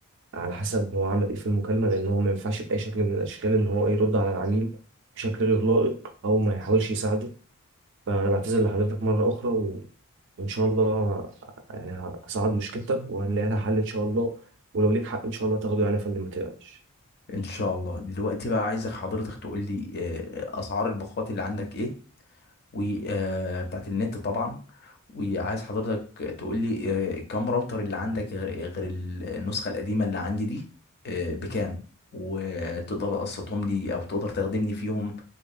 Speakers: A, on the right; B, on the left.
A: على حسب هو عمل ايه في المكالمه لان هو ما ينفعش باي شكل من الاشكال ان هو يرد على العميل بشكل غير لائق او ما يحاولش يساعده فانا بعتذر لحضرتك مره اخرى و... وان شاء الله يعني هصعد مشكلتك وهنلاقي لها حل ان شاء الله ولو ليك حق ان شاء الله تاخده يعني يا فندم ما تقلقش
B: ان شاء الله دلوقتي بقى عايزك حضرتك تقول لي آه، اسعار الباقات اللي عندك ايه وبتاعت النت طبعا وعايز حضرتك تقول لي آه، كام راوتر اللي عندك غ- غير النسخة القديمة اللي عندي دي آه، بكام وتقدر تقسطهم لي او تقدر تخدمني فيهم